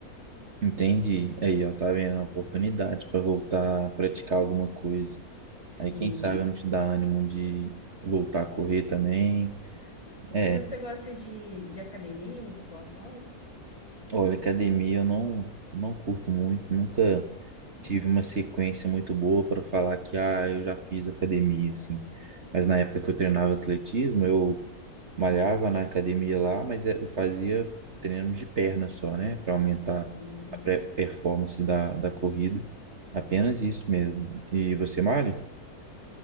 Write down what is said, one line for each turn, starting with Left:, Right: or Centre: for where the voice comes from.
Right: Entendi. Aí, ó, tá vendo? Uma oportunidade para voltar a praticar alguma coisa.
Left: Sim.
Right: Aí, quem sabe eu não te dá ânimo de voltar a correr também. É,
Left: E você gosta de, de academia, musculação?
Right: olha, academia eu não, não curto muito, nunca
Left: Hum,
Right: tive uma sequência muito boa para falar que, ah, eu já fiz academia, assim. Mas na época que eu treinava atletismo, eu malhava na academia lá, mas é- eu fazia treino de perna só, né? Para aumentar
Left: hum.
Right: a pre- performance da, da corrida. Apenas isso mesmo. E você malha?